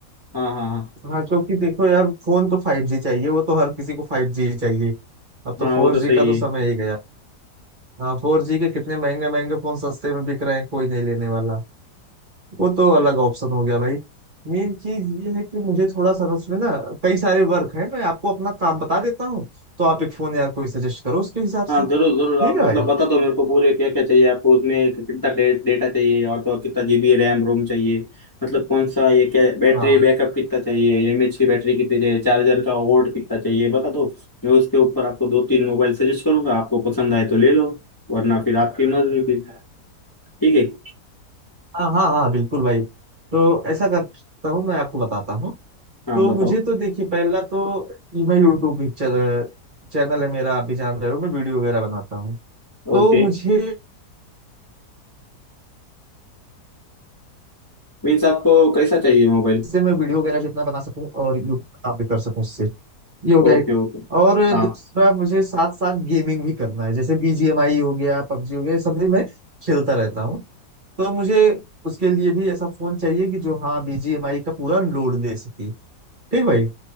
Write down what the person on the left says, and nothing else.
हाँ हाँ
हाँ हाँ
वो तो
सही
है
हाँ
जरूर जरूर
आप
मतलब
बता दो मेरे को पूरे क्या क्या चाहिए आपको उसमें कितना डे, डेटा चाहिए और तो और कितना जीबी रैम रोम चाहिए मतलब कौन सा ये क्या बैटरी
बैकअप कितना चाहिए एमएच की बैटरी कितनी चाहिए चार्जर का वोल्ट कितना चाहिए बता दो मैं उसके ऊपर आपको दो तीन मोबाइल सजेस्ट करूंगा आपको पसंद आए तो ले लो वरना फिर आपकी मर्जी फिर ठीक है
हाँ
बताओ
ओके
मीन्स आपको कैसा चाहिए मोबाइल
Okay
okay
हाँ